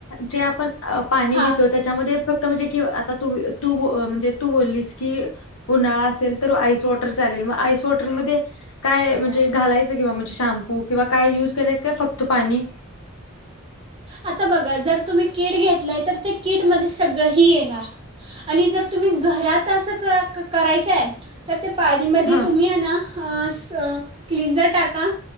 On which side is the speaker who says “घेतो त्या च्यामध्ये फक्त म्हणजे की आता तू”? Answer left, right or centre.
Left